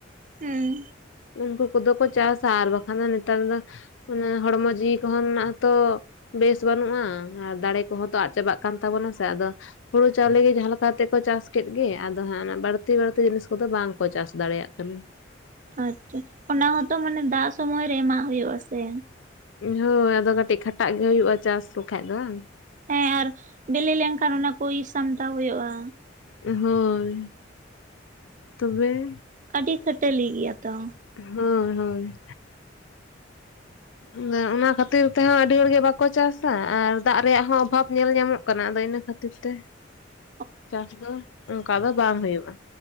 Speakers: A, on the right; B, on the left.
A: ᱦᱮᱸ
B: ᱩᱱᱠᱩ ᱠᱚᱫᱚ ᱠᱚ ᱪᱟᱥᱟ ᱟᱨ ᱵᱟᱠᱷᱟᱱ ᱫᱚ ᱱᱮᱛᱟᱨ ᱫᱚ ᱚᱱᱟ ᱦᱚᱲᱢᱚ ᱡᱤᱣᱤ ᱠᱚᱦᱟ ᱨᱮᱱᱟᱜ ᱦᱚᱸ ᱛᱚ ᱵᱮᱥ ᱵᱟᱹᱱᱩᱜᱼᱟ ᱟᱨ ᱫᱟᱲᱮ ᱠᱚᱦᱚᱸ ᱛᱚ ᱟᱫ ᱪᱟᱵᱟᱜ ᱠᱟᱱ ᱛᱟᱵᱚᱱᱟ ᱥᱮ ᱟᱫᱚ ᱦᱩᱲᱩ ᱪᱟᱣᱞᱮ ᱜᱮ ᱡᱟᱦᱟᱸ ᱞᱮᱠᱟ ᱛᱮ ᱠᱚ ᱪᱟᱥ ᱠᱮᱫ ᱜᱮ᱾ ᱟᱫᱚ ᱦᱟᱸᱜ ᱚᱱᱟ ᱵᱟᱹᱲᱛᱤ ᱵᱟᱹᱲᱛᱤ ᱡᱤᱱᱤᱥ ᱠᱚᱫᱚ ᱵᱟᱝ ᱠᱚ ᱪᱟᱥ ᱫᱟᱲᱮᱭᱟᱜ ᱠᱟᱱᱟ᱾
A: ᱟᱪᱪᱷᱟ ᱚᱱᱟ ᱦᱚᱸᱛᱚ ᱢᱟᱱᱮ ᱫᱟᱜ ᱥᱚᱢᱚᱭ ᱨᱮ ᱮᱢᱟᱜ ᱦᱩᱭᱩᱜᱼᱟ ᱥᱮ
B: ᱦᱳᱭ ᱟᱫᱚ ᱠᱟᱹᱴᱤᱡ ᱠᱷᱟᱴᱟᱜ ᱜᱮ ᱦᱩᱭᱩᱜᱼᱟ᱾ ᱪᱟᱥ ᱞᱮᱠᱷᱟᱡ ᱫᱚ ᱵᱟᱝ
A: ᱦᱮᱸ ᱟᱨ ᱵᱮᱞᱮ ᱞᱮᱱᱠᱷᱟᱱ ᱚᱱᱟ ᱠᱚ ᱤᱨ ᱥᱟᱢᱴᱟᱣ ᱦᱩᱭᱩᱜᱼᱟ᱾
B: ᱦᱳᱭ ᱛᱚᱵᱮ
A: ᱟᱹᱰᱤ ᱠᱷᱟᱹᱴᱟᱹᱞᱤ ᱜᱮᱭᱟ ᱛᱚ
B: ᱦᱳᱭ ᱦᱳᱭ ᱟᱫᱚ ᱚᱱᱟ ᱠᱷᱟᱹᱛᱤᱨ ᱛᱮᱦᱚᱸ ᱟᱹᱰᱤ ᱦᱚᱲᱜᱮ ᱵᱟᱠᱚ ᱪᱟᱥᱟ ᱟᱨ ᱫᱟᱜ ᱨᱮᱭᱟᱜ ᱦᱚᱸ ᱚᱵᱷᱟᱵ ᱧᱮᱞ ᱧᱟᱢᱚᱜ ᱠᱟᱱᱟ᱾ ᱟᱫᱚ ᱤᱱᱟᱹ ᱠᱷᱟᱹᱛᱤᱨ ᱛᱮ ᱾
A: <inaudible>
B: ᱪᱟᱥ ᱫᱚ ᱚᱱᱠᱟ ᱫᱚ ᱵᱟᱝ ᱦᱩᱭᱩᱜᱼᱟ᱾